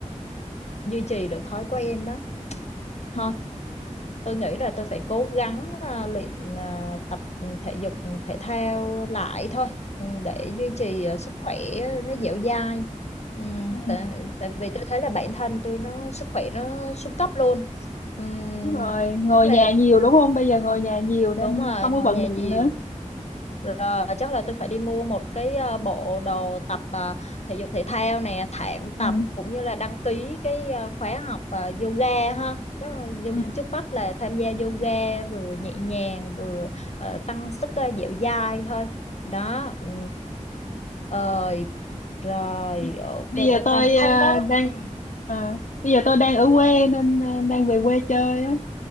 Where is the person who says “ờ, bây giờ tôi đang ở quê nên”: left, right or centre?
Left